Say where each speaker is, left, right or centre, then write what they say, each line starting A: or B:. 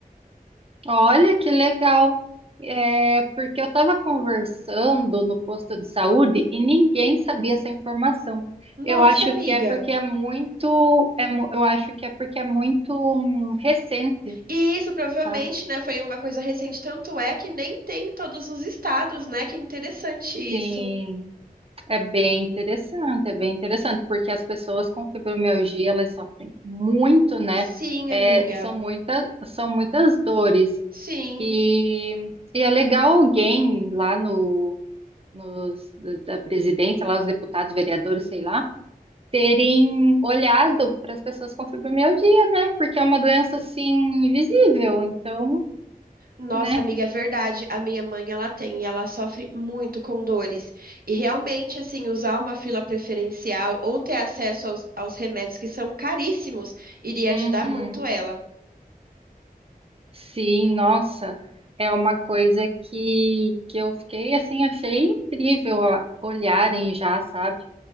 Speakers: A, on the right; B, on the right.
A: Olha que legal. É, porque eu estava conversando no posto de saúde e ninguém sabia essa informação.
B: Nossa,
A: Eu acho
B: amiga.
A: que é porque é muito, é mu- eu acho que é porque é muito hum, recente,
B: E isso provavelmente,
A: sabe?
B: né, foi uma coisa recente, tanto é que nem tem em todos os estados, né? Que é interessante isso.
A: Sim, é bem interessante, é bem interessante, porque as pessoas com fibromialgia, elas sofrem muito, né?
B: Sim,
A: É,
B: amiga.
A: são muitas, são muitas dores.
B: Sim.
A: E, e é legal alguém lá no nos, da presidência, lá os deputados, vereadores, sei lá, terem olhado para as pessoas com fibromialgia, né? Porque é uma doença assim invisível, então,
B: Nossa,
A: né?
B: amiga, é verdade. A minha mãe, ela tem, e ela sofre muito com dores. E realmente, assim, usar uma fila preferencial ou ter acesso aos, aos remédios que são caríssimos iria
A: Uhum.
B: ajudar muito ela.
A: Sim, nossa, é uma coisa que, que eu fiquei assim, achei incrível ó, olharem já, sabe?